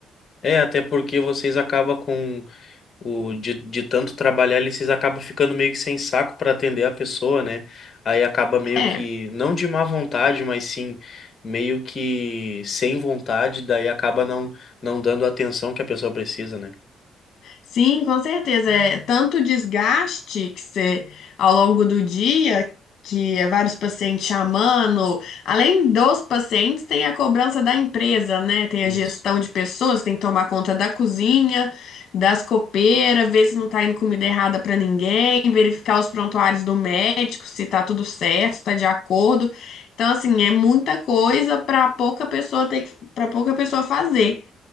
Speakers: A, on the left; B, on the left.
A: É, até porque vocês acabam com O, de, de tanto trabalhar, eles acabam ficando meio que sem saco para atender a pessoa, né? Aí acaba meio
B: é
A: que, não de má vontade, mas sim meio que sem vontade, daí acaba não, não dando a atenção que a pessoa precisa, né?
B: Sim, com certeza. É tanto desgaste que você, ao longo do dia, que é vários pacientes chamando. Além dos pacientes, tem a cobrança da empresa, né? Tem
A: Isso.
B: a gestão de pessoas, tem que tomar conta da cozinha, das copeiras, ver se não tá indo comida errada para ninguém, verificar os prontuários do médico, se tá tudo certo, se tá de acordo. Então, assim, é muita coisa para pouca pessoa ter, para pouca pessoa fazer.